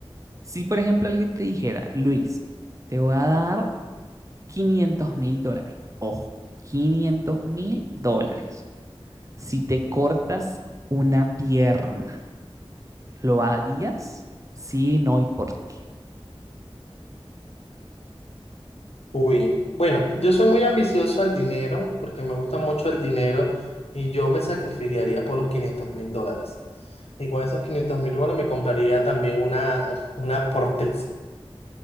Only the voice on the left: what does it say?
Uy, bueno, yo soy muy ambicioso al dinero, porque me gusta mucho el dinero y yo me sacrificaría por los quinientos mil dólares. Y con esos quinientos mil dólares me compraría también una, una prótesis.